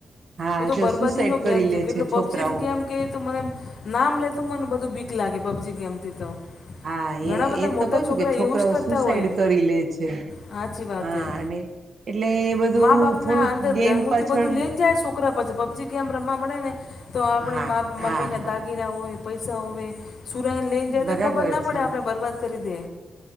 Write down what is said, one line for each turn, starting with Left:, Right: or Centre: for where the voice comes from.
Right: હા
Left: હ તો બરબાદીનો
Right: જો સુસાઈડ
Left: ગેમ
Right: કરી
Left: છે
Right: લે
Left: કેટલે પબજી
Right: છોકરાઓ
Left: ગેમ મને નામ લે તો મને બધું બીક લાગે પબજી ગેમથી તો.
Right: હા
Left: ઘણા
Right: એ
Left: બધા
Right: એજ
Left: મોટા
Right: તો કઉ
Left: છોકરા
Right: છું કે છોકરાઓ
Left: એવું જ કરતા
Right: સુસાઈડ
Left: હોય
Right: કરી લે છે.
Left: સાચી વાત
Right: હા
Left: હે
Right: અને એટલે એ બધું
Left: મા બાપના
Right: થોડુંક
Left: અંદર
Right: ગેમ
Left: ઘરમુથી
Right: પાછળ
Left: બધું લઈને જાય છોકરા પછી પબજી ગેમ રમવા મળે ને તો આપણે
Right: હા
Left: મમ્મીના
Right: હા હા
Left: દાગીના હોય પૈસા હોવે સુરાઈને લઈને જાય તો
Right: બરાબર
Left: એ ખબર ના પડે
Right: છે
Left: આપણે બરબાદ કરી દે.